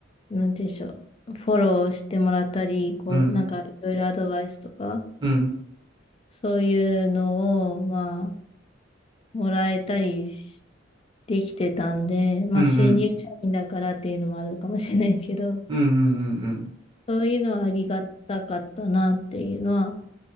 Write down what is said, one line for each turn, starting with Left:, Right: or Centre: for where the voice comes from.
Left: なんて言うんでしょう、フォローしてもらったり、こう、
Right: うん
Left: なんかいろいろアドバイスとか、
Right: うんうん
Left: そういうのを、まあ、もらえたりしできてたんで、まあ、
Right: うん
Left: 新入社員だからっていうのもあるかもしれないですけど、
Right: うんうんうんうん
Left: そういうのはありがたかったなっていうのは、